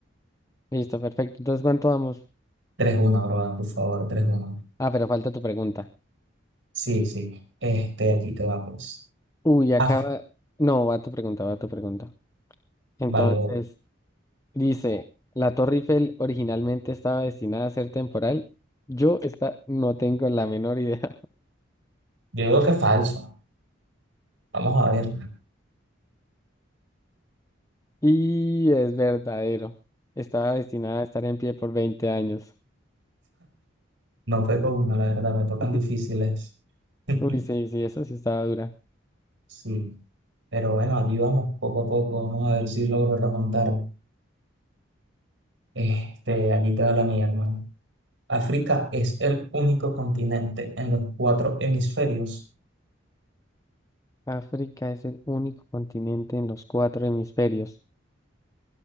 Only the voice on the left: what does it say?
Listo, perfecto. Entonces, ¿cuánto vamos?
Ah, pero falta tu pregunta.
Uy, acaba.
No, va tu pregunta, va tu pregunta. Entonces,
dice, la Torre Eiffel originalmente estaba destinada a ser temporal. Yo esta no tengo la menor idea. <laughs>
Y es verdadero. Estaba destinada a estar en pie por 20 años.
<laughs>
Uy,
sí, sí, eso sí estaba dura.
África es el único continente en los cuatro hemisferios.